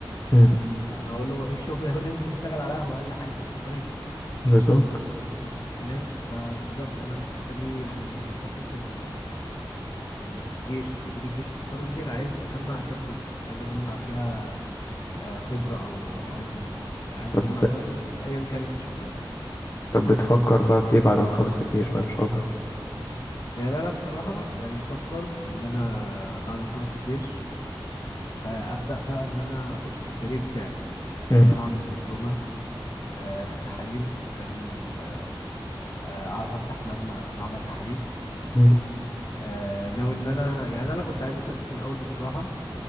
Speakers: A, on the left; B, on the left.
A: مم.
B: اقول له ما فيش شغل <laughs> يقول لي انزل اشتغل على قهوه اقل حاجه هات مصاريفك
A: بالظبط
B: فاهم فبالظبط انا الحته دي يعني فتره ال الجيش ما بين الجيش والتخرج دي انا عايز اجمع فيها فلوس مش عايز اجمع فيها آه، خبرة او حاجات من دي يعني عايز
A: طب
B: اجمع فيها فلوس ايا كانت الشغلانة
A: طب بتفكر بقى في ايه بعد ما تخلص الجيش بقى ان شاء الله
B: يعني انا بصراحة يعني بفكر ان انا بعد ما اخلص الجيش آه، ابدا بقى ان انا اخش في الكارير بتاعي يعني
A: مم.
B: لو هعمل دبلومة آه، في التحاليل عشان آه، آه، اعرف افتح مرمى معمل تحاليل
A: مم.
B: آه، ناوي ان انا يعني انا كنت عايز اسافر في الاول بصراحة